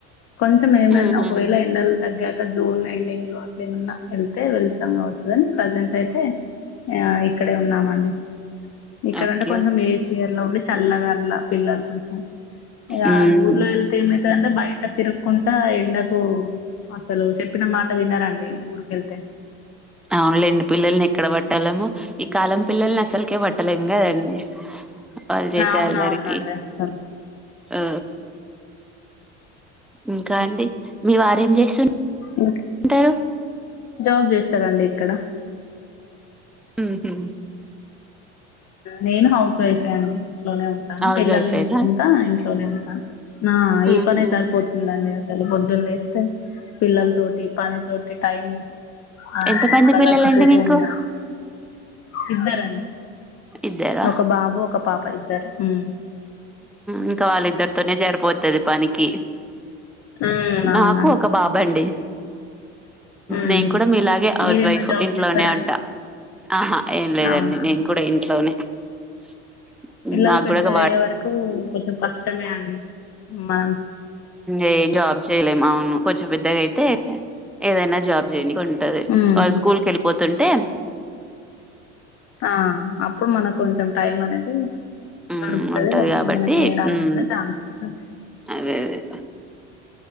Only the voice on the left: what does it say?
కొంచెం ఏమన్నా
ఒకవేళ ఎండల్ తగ్గాక జోరు న ఎండింగ్ లో అట్ ఏమన్నా వెళ్తే వెళ్తాము ప్రెజెంట్ అయితే అ ఇక్కడే ఉన్నామండి ఇక్కడంటే
కొంచెం ఏసి డి చల్లగార్లా పిల్లలు కొంచెం
ఆ ఊర్లో వెళ్తే మ అంటే బయట తిరుక్కుంటా ఎండకు అసలు చెప్పిన మాట వినరండి ఊరికెళ్తే
అవున
అవునండి అసలు
ఇంకా
జాబ్ చేస్తారంండి ఇక్కడ
నేను హౌస్ వైఫె అండి ఇంట్లోనే ఉంటాను
పిల్లని
చూసుకుంటా ఇంట్ ఇంట్లోనే ఉంటాను ఆ ఈ
పనే సరిపోతుందండి అ లు పొద్దున్న లేస్తే పిల్లల తోటి పని తోటి టైం ఆ
అలా
గడిచిపోతూ
ఉందండి ఇద్దరండి
<unintelligible> ఒక బాబు ఒక పాప ఇద్ రూ
ఉమ్ అవునండి
ఉమ్
ఓకే
మీరేమైనా
జాబ్
చేస్తారా
అండి
అవునా అండి
పిల్లలు
పెద్దగయ్యే
వరకు కొంచెం కష్టమే అండి మన
ఉమ్
ఆ అప్పుడు మన కొంచెం టైం అనేది
దొరుకుతుంది
కొంచెం
ఏమైనా చేయడానికి
కూడా ఛాన్స్ ఉంటంది